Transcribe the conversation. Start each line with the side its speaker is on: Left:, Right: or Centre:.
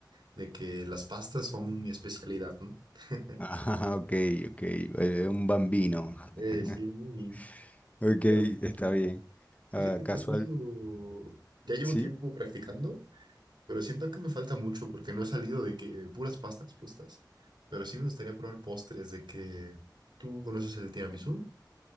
Right: de que las pastas son mi especialidad, ¿no? <laughs>
Left: Ajá, ok, ok, eh, un bambino.
Right: Eh,
Left: <laughs>
Right: sí, muy-
Left: Ok,
Right: pero
Left: está bien. Ah,
Right: fíjate
Left: casual,
Right: que hasta eso ya llevo
Left: sí.
Right: tiempo practicando, pero siento que me falta mucho porque no he salido de que puras pastas puestas. Pero sí me gustaría probar postres de que tú conoces el tiramisú.